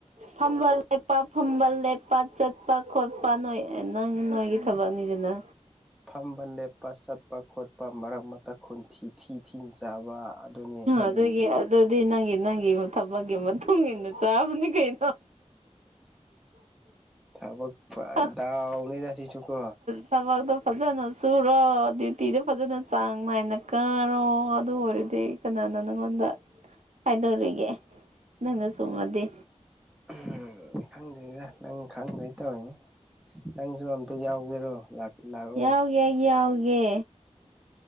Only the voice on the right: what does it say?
ꯐꯝꯕ ꯂꯦꯞꯄ ꯐꯝꯕ ꯂꯦꯞꯄ ꯄ ꯆꯠꯄ ꯈꯣꯠꯄ ꯅꯣꯏ ꯅꯪ ꯅꯣꯏꯒꯤ ꯊꯕꯛꯅꯤꯗꯅ
ꯑꯗꯨꯒꯤ ꯑꯗꯨꯗꯤ ꯅꯪꯒꯤ ꯅꯪꯒꯤ ꯊꯕꯛꯀꯤ ꯃꯇꯨꯡ ꯏꯟꯅ ꯆꯥꯕꯅꯤ ꯀꯩꯅꯣ
ꯍꯥ
ꯊꯕꯛꯇꯣ ꯐꯖꯅ ꯁꯨꯔꯣ ꯗ꯭ꯌꯨꯇꯤꯗ ꯐꯖꯅ ꯆꯥꯡ ꯅꯥꯏꯅ ꯀꯥꯔꯣ ꯑꯗꯨ ꯑꯣꯏꯔꯗꯤ ꯀꯅꯥꯅ ꯅꯪꯉꯣꯟꯗ ꯍꯥꯏꯗꯧꯔꯤꯒꯦ ꯅꯪꯅ ꯆꯨꯝꯃꯗꯤ
ꯌꯥꯎꯒꯦ ꯑꯩꯁꯨ ꯌꯥꯎꯒꯦ